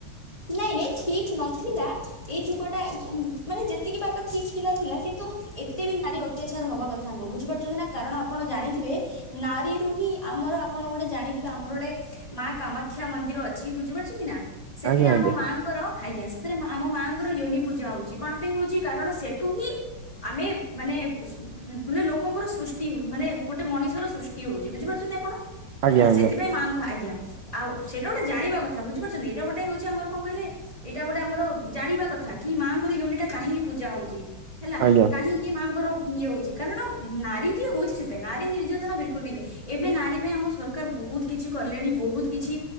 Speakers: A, on the left; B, on the right.
A: ନାଇଁ ନାଇଁ ଠିକ ନଥିଲା ଏଇ ଯୁଗ <unintelligible> ମାନେ ଯେତିକି ବାଟ ଠିକ୍ ଥିଲା ଥିଲା କିନ୍ତୁ ଏତେ ବି ନାରୀ ତ୍ୟାଚାର ହବା କଥା ନୁହଁ ବୁଝିପାରୁଚନ୍ତି ନା କାରଣ ଆପଣ ଜାଣିଥିବେ ନାରୀରୁ ହିଁ ଆମର ଆପଣ ଗୋଟେ ଜାଣିଥିବେ ଆମର ଗୋଟେ ମା କାମାକ୍ଷା ମନ୍ଦିର ଅଛି ବୁଝିପାରୁଚନ୍ତି ନା ସେଥିରେ
B: ଆଜ୍ଞା
A: ଆମ
B: ଆଜ୍ଞା
A: ମା କର ହାୟା ସେଥିରେ ଆମ ମାଆଙ୍କର ୟୋନି ପୂଜା ହଉଚି କଣ ପାଇଁ ହଉଚି କାରଣ ସେଠୁ ହିଁ ଆମେ ମାନେ ମାନେ ଲୋକଙ୍କର ସୃଷ୍ଟି ମାନେ ଗୋଟେ ମଣିଷର ସୃଷ୍ଟି ହୋଉଚି ବୁଝିପାରୁଚନ୍ତି ଆପଣ?
B: ଆଜ୍ଞା
A: ହେଲା
B: ଆଜ୍ଞା
A: ସେଥିପାଇଁ ମାଆ ଆଜ୍ଞା। ଆଉ ସେଇଟା ଗୋଟେ ଜାଣିବା କଥା ବୁଝିପାରୁଚନ୍ତି ଏଇଟା ଗୋଟେ ହୋଉଚି ଆମର କଣ କହିଲେ ଏଇଟା ଗୋଟେ ଆମର ଜାଣିବା କଥା କି ମାଆଙ୍କର ୟୁନି ଟା କାହିଁକି ପୂଜା ହୋଉଚି ହେଲା
B: ଆଜ୍ଞା।
A: କାହିଁକି ଏ ମାଆଙ୍କର ଇଏ ହୋଉଚି କାରଣ ନାରୀ ଟିକେ ହୋଉଚି ସେଥିଇଁ ନାରୀ ନିର୍ଯାତନା ବିଲକୁଲ ବି ନୁହଁ। ଏବେ ନାରୀ ପାଇଁ ଆମ ସରକାର ବୋହୁତ କିଛି କଲେଣି ବୋହୁତ ବୋହୁତ କିଛି